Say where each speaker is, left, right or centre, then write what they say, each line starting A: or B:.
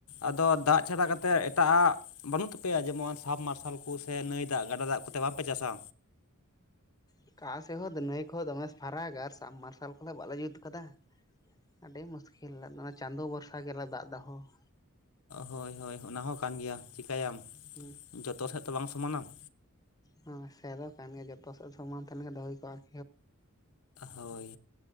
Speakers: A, on the left; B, on the left.
A: ᱟᱫᱚ ᱫᱟᱜ ᱪᱷᱟᱰᱟ ᱠᱟᱛᱮᱫ ᱮᱴᱟᱜ ᱟᱜ ᱵᱟᱹᱱᱩᱜ ᱛᱟᱯᱮᱭᱟ ᱡᱮᱢᱚᱱ ᱥᱟᱵᱽ ᱢᱟᱨᱥᱟᱞ ᱠᱚ ᱥᱮ ᱱᱟᱹᱭ ᱫᱟᱜ ᱜᱟᱰᱟ ᱫᱟᱜ ᱠᱚᱛᱮ ᱵᱟᱝᱯᱮ ᱪᱟᱥᱟ?
B: ᱚᱠᱟ ᱥᱮ ᱦᱳ ᱱᱟᱹᱭ ᱠᱚ ᱫᱚᱢᱮ ᱯᱷᱟᱨᱟᱠ ᱟᱨ ᱥᱟᱵᱢᱟᱨᱥᱟᱞ ᱠᱚᱦᱚᱸ ᱵᱟᱞᱮ ᱡᱩᱛ ᱠᱟᱫᱟ᱾ ᱟᱹᱰᱤ ᱢᱩᱥᱠᱤᱞ, ᱪᱟᱸᱫᱳ ᱵᱷᱚᱨᱥᱟ ᱜᱮᱞᱮ ᱫᱟᱜ ᱫᱚᱦᱳ ᱼᱼ
A: ᱦᱳᱭ ᱦᱳᱭ ᱚᱱᱟ ᱦᱚᱸ ᱠᱟᱱ ᱜᱮᱭᱟ, ᱪᱤᱠᱟᱹᱭᱟᱢ
B: ᱦᱮᱸ
A: ᱡᱚᱛᱚ ᱥᱮᱫ ᱛᱚ ᱵᱟᱝ ᱥᱚᱢᱟᱱᱟ ᱾
B: ᱦᱚᱸ ᱥᱮ ᱫᱚ ᱠᱟᱱ ᱜᱮᱭᱟ ᱡᱚᱛᱚ ᱥᱮᱫ ᱥᱚᱢᱟᱱ ᱛᱟᱦᱮᱱ ᱠᱷᱟᱱ ᱫᱚ ᱦᱩᱭ ᱠᱚᱜᱼᱟᱠ
A: ᱦᱳᱭ